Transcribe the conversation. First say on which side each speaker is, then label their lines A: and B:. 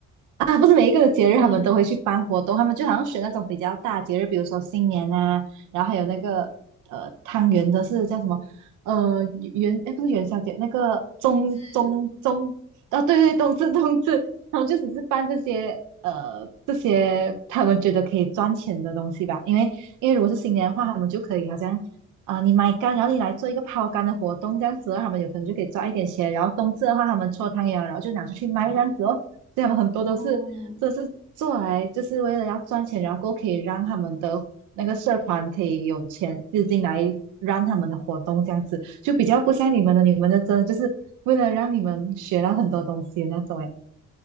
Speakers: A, on the right (about 80°); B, on the right (about 20°).
A: 啊，不是每一个的节日他们都会去办活动，
B: <laughs>
A: 他们就好像选那种比较大节日，比如说新年啊，然后还有那个呃汤圆的是叫什么？呃元哎不是元宵节，那个中中中啊对对冬至冬至，
B: 冬至，
A: 他们就只是办这些呃这些他们觉得可以赚钱的东西吧，因为因为如果是新年的话，他们就可以好像。啊，你买干，然后你来做一个抛竿的活动，这样子的话他们有可能就可以赚一点钱。然后冬至的话，他们搓汤圆啊然后就拿出去卖这样子哦。这样很多都是这是做来就是为了要赚钱，
B: 哦
A: 然后可以让他们的那个社团可以有钱资金来让他们的活动这样子，就比较不像你们的，你们的真的就是为了让你们学到很多东西的那种哎。